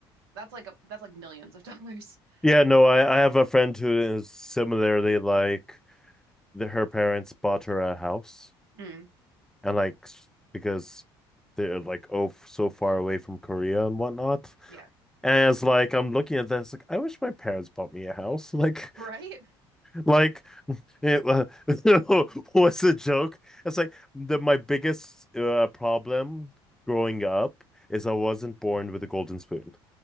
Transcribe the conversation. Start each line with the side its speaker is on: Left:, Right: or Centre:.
Right: that's like a that's like millions of <laughs> dollars.
Centre: Yeah, no,
Right: Um
Centre: I, I have a friend who is similarly like the, her parents bought her a house
Right: mm,
Centre: and like s- because they're like oh f- so far away from Korea and whatnot.
Right: yeah.
Centre: And it's like I'm looking at this like I wish my parents bought me a house. <laughs> Like
Right: Right?
Centre: like It wa- <laughs> was a joke. It's like the my biggest uh, problem growing up is I wasn't born with a golden spoon.